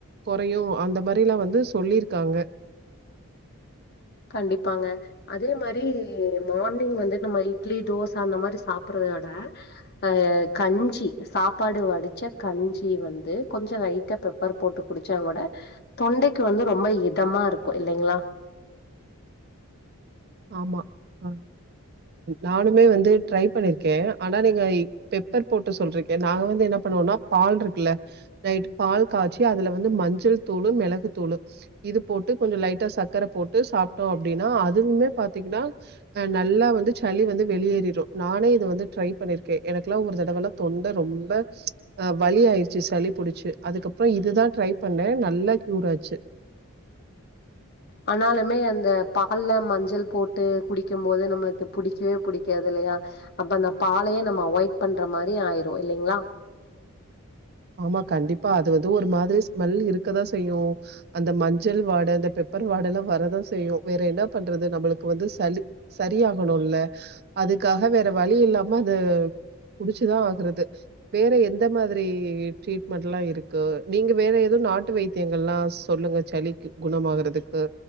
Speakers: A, on the right; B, on the left.
A: குறையும் அந்த மாரிலாம் வந்து சொல்லிருக்காங்க
B: கண்டிப்பாங்க அதே மாரி மார்னிங் வந்து நம்ம இட்லி தோசா அந்த மாரி சாப்படுறதோட அஹ் கஞ்சி சாப்பாடு வடிச்ச கஞ்சி வந்து கொஞ்சம் லைட்டா பெப்பர் போட்டு குடிச்சாங்க கூட தொண்டைக்கு வந்து ரொம்ப இதமா இருக்கும் இல்லங்களா
A: ஆமா அ நானுமே வந்து ட்ரை பண்ணிருக்கேன் ஆனா நீங்க பெப்பர் போட்டு சொல்றீக்கேன் நாங்க வந்து என்ன பண்ணுவோம்னா பால் இருக்குல்ல நைட் பால் காய்ச்சி அதுல வந்து மஞ்சள் தூளு மிளகு தூளு இது போட்டு கொஞ்சம் லைட்டா சர்க்கர போட்டு சாப்பட்டோம் அப்டின்னா அதுவுமே பாத்தீங்கன்னா அ நல்லா வந்து சளி வந்து வெளியேறிரும் நானே இதை வந்து ட்ரை பண்ணிருக்கேன் எனக்குல்லாம் ஒரு தடவைெல்லாம் தொண்டை ரொம்ப அஹ் வலி ஆயிடுச்சு சளி புடிச்சு அதுக்கப்புறம் இதுதான் ட்ரை பண்ணேன் நல்லா கியூர் ஆச்சு
B: ஆனாலுமே அந்த பால் மஞ்சள் போட்டு குடிக்கும் போது நம்மளுக்கு புடிக்கவே புடிக்காது இல்லயா அப்ப அந்த பாலையே நம்ம அவாய்ட் பண்ற மாரி ஆயிரும் இல்லங்களா
A: ஆமா கண்டிப்பா அது வந்து ஒரு மாரி ஸ்மெல் இருக்கதான் செய்யும் அந்த மஞ்சள் வாட அந்த பெப்பர் வாட எல்லாம் வரதான் செய்யும் வேற என்ன பண்றது நம்மளுக்கு வந்து சளி சரியாகணும்ல்ல அதுக்காக வேற வழி இல்லாம அது குடிச்சுதான் ஆகுறது வேற எந்த மாரி ட்ரீட்மெண்ட் எல்லாம் இருக்கு நீங்க வேற எதவும் நாட்டு வைத்தியங்கள் எல்லாம் சொல்லுங்க சளிக்கு குண ஆறதுக்கு